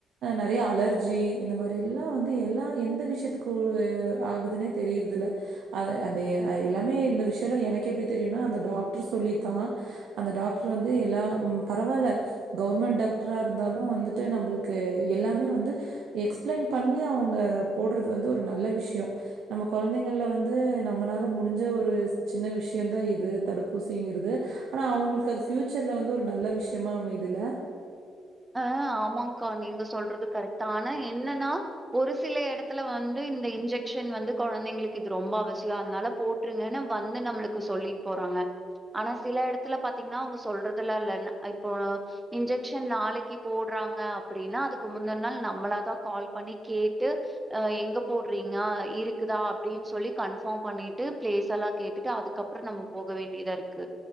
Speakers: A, on the right (about 75°); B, on the right (about 15°).
A: நறய அலர்ஜி இந்த மாரி எல்லா வந்து எல்லா எந்த விஷயத்துக்கு ஆகுதுனே தெரியிறதில்ல அ அந்த எ எல்லாமே இந்த விஷ்யல எனக்கு எப்படி தெரியுனா அந்த டாக்ட்ரு சொல்லித்தா அந்த டாக்ட்ரு வந்து எல்லா ம் பரவால்ல கவர்மெண்ட் டாக்ட்ரா இருந்தாலு வந்துட்டு நம்மளுக்கு எல்லாமே வந்து எக்ஸ் எக்ஸ்பிளைன் பண்ணி அவுங்க போடுறது வந்து ஒரு நல்ல விஷயம் நம்ம கொழந்தைங்கள வந்து நம்மளால முடிஞ்ச ஒரு சின்ன விஷயோந்தா இது தடுப்பூசிங்கிறது ஆனா அவுங்களுக்கு அது ஃபயூச்சர்ல வந்து ஒரு நல்ல விஷயமா அமையுதுல
B: உ ஆமாங்க்கா நீங்க சொல்றது கரெக்தா ஆனா என்னனா ஒரு சில எடத்துல வந்து இந்த இன்ஜெக்ஷன் வந்து கொழந்தைங்களுக்கு இது ரொம்ப அவசியோ அதனால போட்டுருங்கன்னு வந்து நம்ளுக்கு சொல்லிட்டு போறாங்க ஆனா சில எடத்துல பாத்தீங்கன்னா அவுங்க சொல்றதெல்லா இல்ல இப்போ இன்ஜெக்ஷன் நாளை க்கி போடுறாங்க அப்டின்னா அதுக்கு முந்த நாள் நம்மளாதா கால் பண்ணி கேட்டு அ எங்க போடுறீங்க இருக்குதா அப்டின்னு சொல்லி கன்ஃபார்ம் பண்ணிட்டு பிளேஸ் எல்லா கேட்டுட்டு அதுக்கப்பறோ நம்ம போக வேண்டியதா இருக்கு